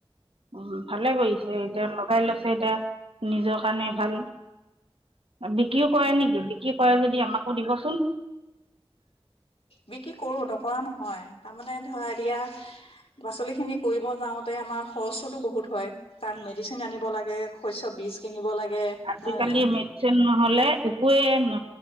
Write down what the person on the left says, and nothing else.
বিক্ৰী কৰো নকৰা নহয় তাৰমানানে ধৰা এতিয়া পাচলি খিনি কৰিব যাওঁতে আমাৰ খৰচতো বহুত হয় তাত মেডিচিন আনিব লাগে শস্যৰ বীজ কিনিব লাগে
নহয় জানো